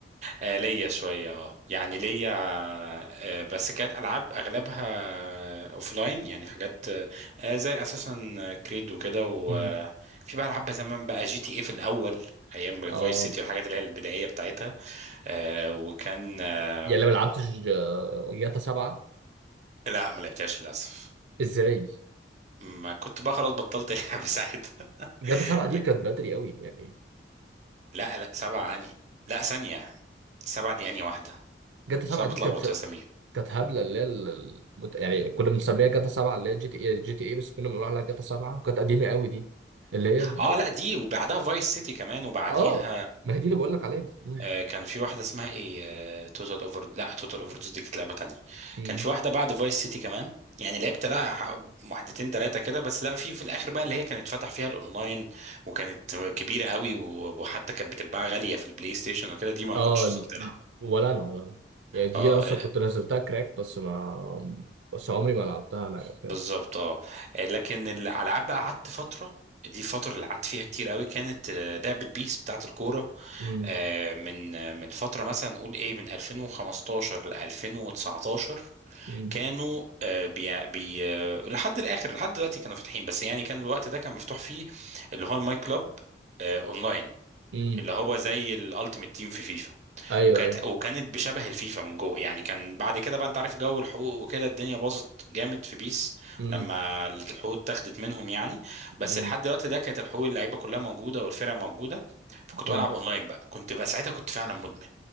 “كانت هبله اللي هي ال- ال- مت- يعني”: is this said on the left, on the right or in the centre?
Right